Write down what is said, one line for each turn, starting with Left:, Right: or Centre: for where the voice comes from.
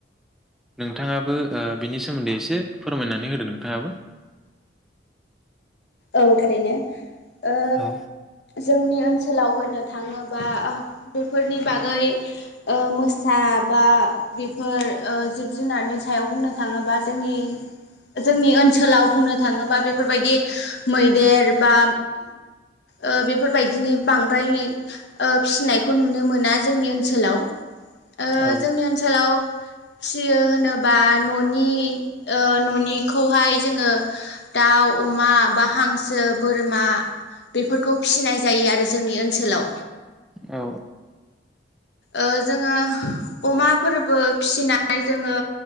Centre: नोंथाङा ओ बिनि सोन्दै एसे फोरमायनानै होदों नोंथाङाबो।
Left: औ थारैनो ओ
Centre: औ
Left: जोंनि ओनसोलाव होन थाङोबा बेफोरनि बा गै ओ मोसा बा बेफोर ओ जिब जुनारनि सायाव बुंनो थाङोबा जोंनि जोंनि ओनसोलाव बुंनो थाङोबा बेफोरबायदि मैदेर बा ओ बेफोरबायदिनि बांद्राय ओ फिसिनायखौ नुनो मोना जोंनि ओनसोलाव। ओ
Centre: औ
Left: जोंनि ओनसोलाव फियो होनोबा न'नि ओ न'निखौहाय जोङो दाउ मा बा हांसो बोरमा बेफोरखौ फिसिनाय जायो आरो जोंनि ओनसोलाव सोलाव
Centre: औ
Left: ओ जोङो अमाफोरबो फिसिनानै जोङो